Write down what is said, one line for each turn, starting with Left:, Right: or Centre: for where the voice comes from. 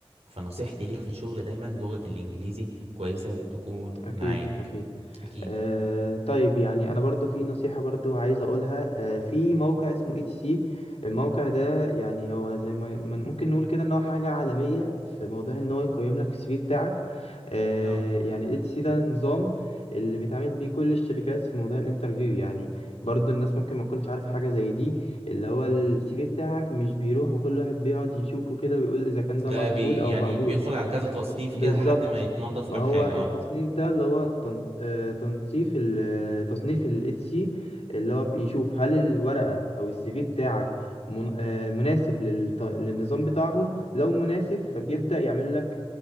Right: فنصيحتي ليك في الشغل دايما لغة الإنجليزي كويسة تكون
Left: أكيد
Right: معاك
Left: أكيد
Right: أكيد
Left: أه طيب يعني أنا برضو في نصيحة برضو عايز أقولها أه في موقع اسمه اي تي سي الموقع ده يعني هو زي ما ما ممكن نقول كده إن هو حاجة عالمية في موضوع إن هو يقيم لك السي في بتاعك أه
Right: اه
Left: يعني الاي تي سي ده نظام اللي بيتعامل بيه كل الشركات في موضوع الانترفيو يعني برضو الناس ممكن ما تكونش عارف حاجة زي دي اللي هو السي في بتاعك مش بيروح وكل واحد بيقعد يشوفه كده ويقول إذا كان ده
Right: ده
Left: مرفوض
Right: بي
Left: أو
Right: يعني
Left: مقبول
Right: بيدخل على كذا تصنيف
Left: بالظبط
Right: كده لحد ما يتنضف
Left: ما
Right: كام
Left: هو
Right: حاجة
Left: التصنيف
Right: اه
Left: ده اللي هو تن- آه، تنصيف ال- آه، تصنيف ال HC اللي هو بيشوف هل الورقة أو السي في بتاعك من- آه، مناسب للط- للنظام بتاعهم لو مناسب فبيبدأ
Right: مم.
Left: يعمل لك